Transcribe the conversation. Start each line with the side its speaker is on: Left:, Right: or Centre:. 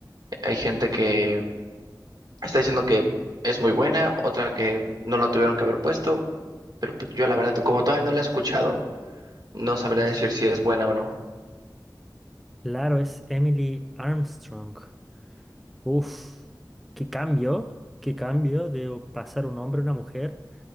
Right: hay gente que está diciendo que es muy buena, otra que no la tuvieron que haber puesto, pero pues, yo la verdad como todavía no la he escuchado, no sabría decir si es buena o no.
Centre: Claro, es Emily Armstrong. Uf, qué cambio, qué cambio de pasar un hombre a una mujer.